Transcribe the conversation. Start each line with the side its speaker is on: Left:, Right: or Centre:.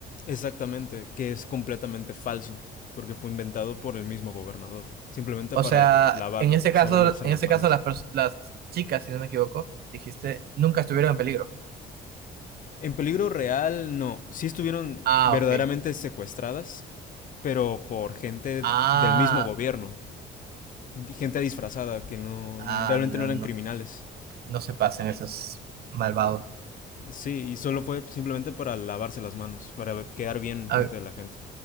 Left: Exactamente, que es completamente falso. Porque fue inventado por el mismo gobernador. Simplemente
Right: O
Left: para
Right: sea,
Left: lavar,
Right: en ese caso,
Left: lavarse
Right: en
Left: las
Right: ese
Left: manos.
Right: caso las, pers- las chicas, si no me equivoco, dijiste, nunca estuvieron en peligro.
Left: En peligro real, no. Sí estuvieron
Right: Ah,
Left: verdaderamente
Right: ok.
Left: secuestradas, pero por gente
Right: Ah,
Left: del mismo gobierno. gente disfrazada que no
Right: ah,
Left: realmente
Right: no,
Left: no eran
Right: no,
Left: criminales.
Right: no se pasen esos malvados.
Left: Sí, y solo fue simplemente para lavarse las manos, para quedar bien
Right: Hab-
Left: frente de la gente.